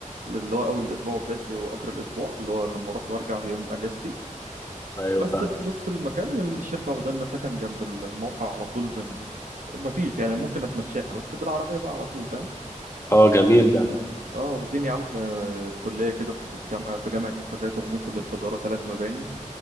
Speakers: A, on the right (about 75°); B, on the left (about 20°).
A: اللي هو اول الاسبوع وبدايته واخر الاسبوع اللي هو لما اروح وارجع في يوم اجازتي
B: ايوه
A: بس
B: فاهم
A: في نص المكان الشركه واخده لنا سكن جنب الموقع على طول من ما فيش يعني ممكن اتمشاها بس بالعربيه بقى على طول فاهم
B: اه جميل ده
A: اه واخدين يا عم آه، كليه كده في الجامعه في جامعه السادات واخدين كليه تجاره ثلاث مباني